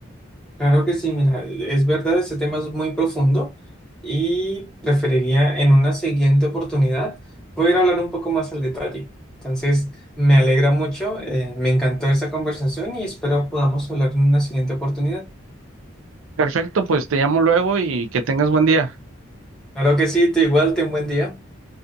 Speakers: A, in the centre; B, on the right.
A: Claro que sí, mira, es verdad, este tema es muy profundo y preferiría en una siguiente oportunidad poder hablar un poco más al detalle. Entonces, me alegra mucho, eh, me encantó esta conversación y espero podamos hablar en una siguiente oportunidad.
B: Perfecto, pues te llamo luego y que tengas buen día.
A: Claro que sí, te igual, ten buen día.